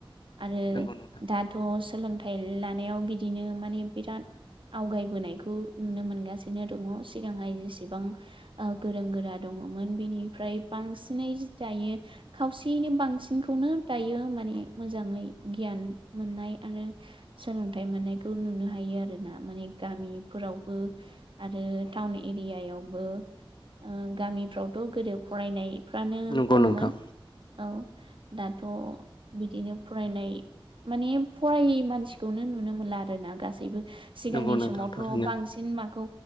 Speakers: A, on the right; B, on the left.
A: आरो
B: नंगौ नोंथां
A: दाथ' सोलोंथाइ लानायाव बिदिनो माने बिराद आवगायबोनायखौ नुनो मोनगासिनो दङ सिगांहाय जेसेबां ओ गोरों गोरा दङ दङोमोन बेनिफ्राय बांसिनै दायो खावसेयैनो बांसिनखौनो दायो माने मोजाङै गियाान मोननाय आरो सोलोंथाइ मोननायखौ नुनो हायो आरोना माने गामिफोरावबो आरो टाउन एरियायावबो ओ गामिफ्रावथ' गोरोब फरायनायफ्रानो
B: नंगौ
A: खममोन।
B: नोंथां
A: औ दाथ' बिदिनो फरायनाय माने फरायै मानसिखौनो नुनो मोनला आरोना गासैबो सिगांनि
B: नंगौ नोंथां
A: समावथ'
B: थारैनो
A: बांसिन माखौ